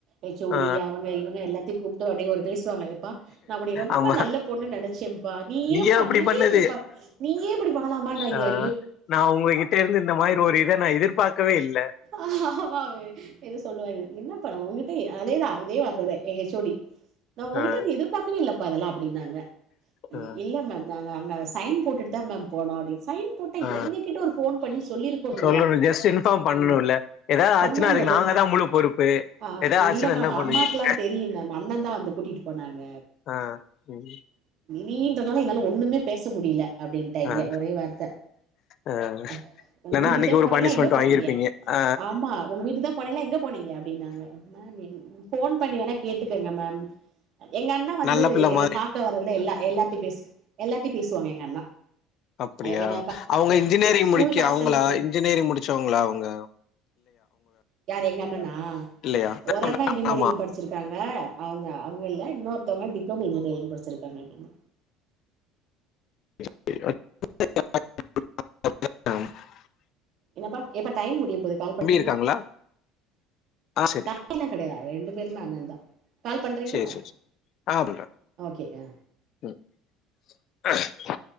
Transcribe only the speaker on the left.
ஆ
ஆமா
நீயா
அப்டி
பண்ணது
ஆ நா உங்ககிட்டெர்ந்து இந்த மாதிரி ஒரு இத நா எதிர்பாக்கவே இல்ல
ஆ
ஆ
ஆ
சொல்லணு ஜஸ்ட் இன்ஃபார்ம் பண்ணணுல்ல
ஏதாவது
ஆச்சுன்னா அதுக்கு நாங்க தா முழு பொறுப்பு
ஏதாவது ஆச்சுன்னா
என்ன பண்ணுவீங்க
ஆ உம்
ஆ
ஆ
இல்லன்னா
அன்னைக்கு
ஒரு பனிஷ்மெண்ட்
வாங்கிருப்பீங்க ஆ
நல்ல பிள்ள
மாரி
அப்டியா
அவுங்க இன்ஜினியரிங்
முடிக்க
அவங்களா
இன்ஜினியரிங் முடிச்சவங்ளா அவுங்க
இல்லையா
ஆமா
<unintelligible> <unintelligible>
தம்பி இருக்காங்களா ஆ சரி
சரி சரி சரி. ஆ அப்படிங்களா?
ம் <unintelligible>